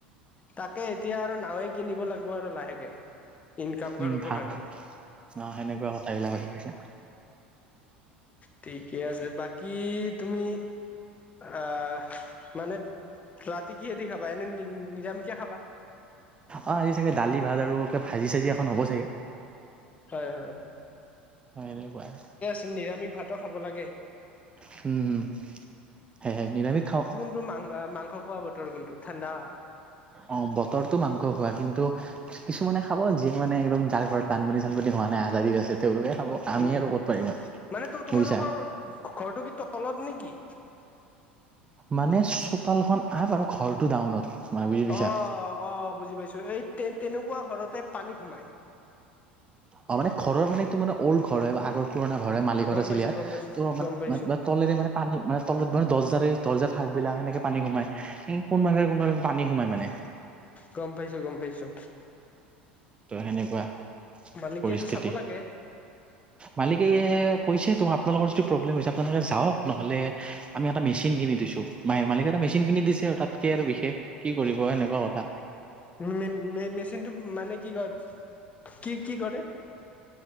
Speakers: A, on the left; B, on the right.
A: তাকে এতিয়া আৰু নাওঁয়ে কিনিব লাগিব আৰু লাহেকে, ইনকাম
B: উম,
A: কৰিবৰ
B: ভাল
A: কাৰণে।
B: অ' সেনেকুৱা কথাবিলাক ভাবি গৈছা।
A: ঠিকে আছে বাকী তুমি আহ, মানে, ৰাতি কিহেদি খাবা এনে নি-নিৰামিষকে খাবা?
B: অ' আজি চাগে দালি, ভাত আৰু কিবা ভাজি-চাজি এখন হ'ব চাগে।
A: হয়, হয়।
B: হয় এনেকুৱাই।
A: তে' নিৰামিষ ভাতো খাব লাগে।
B: হুম, হুম হে হে নিৰামিষ খাওঁ।
A: এইটো মাং-মাংস খোৱা বতৰ কোনটো, ঠাণ্ডা।
B: অ' বতৰটো মাংস খোৱা, কিন্তু কিছুমানে খাব যিয়ে মানে একদম যাৰ ঘৰত বানপানী-চানপানী হোৱা নাই আজাদিত আছে। তেওঁলোকে খাব। আমি
A: উম,
B: আৰু ক'ত পাৰিম আৰু
A: মানে ত' তোমালোকৰ
B: বুজিছা
A: ঘৰটো কি তলত নেকি?
B: মানে চোতালখন আপ আৰু ঘৰটো ডাউনত। মানে বুজি পাইছা
A: অ' অ' বুজি পাইছোঁ এই তে-তেনেকুৱা ঘৰতে পানী সোমাই।
B: অ' মানে ঘৰৰ মানে এইটো মান অল্ড ঘৰ হয় আগৰ। পুৰণা ঘৰে মালিকৰ
A: গম
B: আছিলে
A: পাইছো
B: ইয়াত।
A: গম পাইছো
B: ত'
A: গম পাইছো
B: মানে <unintelligible> তলেৰে মানে পানী মানে তলত মানে দৰ্জাৰে দৰ্জাৰ ফাক বিলাক, সেনেকে পানী সোমাই। কোন <unintelligible> কোনোবা এদিন পানী সোমাই মানে।
A: গম পাইছো, গম পাইছো।
B: ত সেনেকুৱা
A: মালিকেটো
B: পৰিস্থিতি
A: চাব লাগে।
B: মালিকে কৈছে, তো আপোনালোকৰ যদি প্ৰব্লেম হৈছে আপোনালোকে যাওক। নহলে আমি এটা মেচিন কিনি দিছো। মাই মালিকে এটা মেচিন কিনি দিছে আৰু। তাতকে আৰু বিশেষ কি কৰিব এনেকুৱা কথা।
A: <unintelligible> মেচিনটো মানে কি <unintelligible> কি কি কৰে?